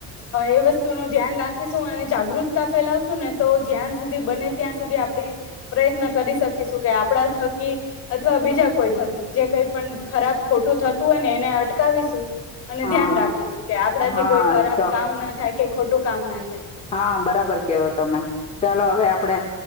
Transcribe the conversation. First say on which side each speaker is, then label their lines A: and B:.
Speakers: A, on the left; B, on the left.
A: એ વસ્તુ ન ધ્યાન રાખીશું, અને જાગૃતતા ફેલાવશું ને તો જ્યાં સુધી બને ત્યાં સુધી આપડી પ્રયત્ન કરી શકીશું કે આપણા થકી અથવા બીજા કોઈ થકી જે કઈ પણ ખરાબ ખોટું થતું હોય, ને એને અટ ચકાવીશું અને
B: હા
A: ધ્યાન રાખીશું કે આપડાથી
B: હા
A: કોઈ ખરાબ
B: ચોક
A: કામ ના થાય, કઈ ખોટું કામ ના થાય
B: હા બરાબર કેવો તમે ચાલો હવે આપડે